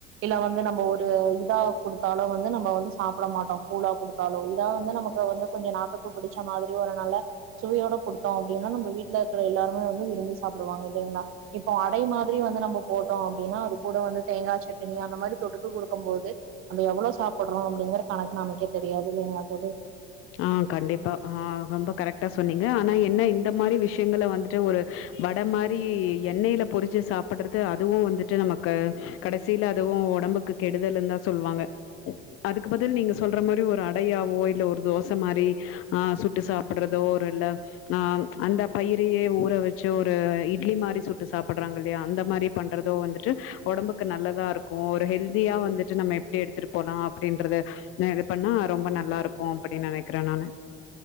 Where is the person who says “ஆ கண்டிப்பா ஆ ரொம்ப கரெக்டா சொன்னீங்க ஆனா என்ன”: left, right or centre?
Left